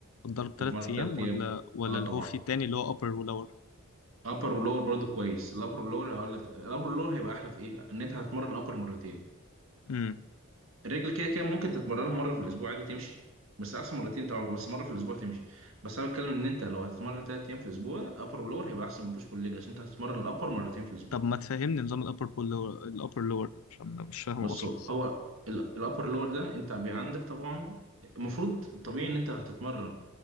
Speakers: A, on the left (about 80°); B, on the right (about 65°).
A: الضرب
B: تتمرن
A: تلات ايام
B: ثلاث
A: ولا
B: ايام
A: ولا
B: اه
A: اللي
B: طبعا
A: هو فيه تاني اللي هو upper و lower
B: ابر ولور برضو كويس الابر ولور هقول لك الابر ولور هيبقى احلى في ايه ان انت هتتمرن الابر مرتين
A: امم
B: الرجل كده كده ممكن تتمرنها مره في الاسبوع عادي تمشي بس احسن مرتين طبعا بس مره في الاسبوع تمشي بس انا بتكلم ان انت لو هتتمرن ثلاث ايام في الاسبوع ابر ولور هيبقى احسن من بوش بول ليج عشان انت هتتمرن الابر مرتين في الاسبوع
A: طب ما تفهمني نظام الابر بول lower، الابر لور ده عشان أنا مش فاهمه
B: بص
A: اصلا
B: هو هو الابر لور ده انت بيبقى عندك طبعا المفروض الطبيعي ان انت هتتمرن